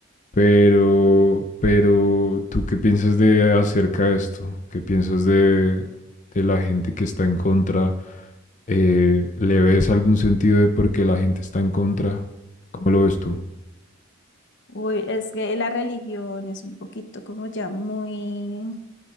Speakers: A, on the left (about 35°); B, on the left (about 60°).
A: Pero, pero, ¿tú qué piensas de acerca de esto? ¿Qué piensas de, de la gente que está en contra? Eh, ¿le ves algún sentido de por qué la gente está en contra? ¿Cómo lo ves tú?
B: uy, es que la religión es un poquito como ya muy,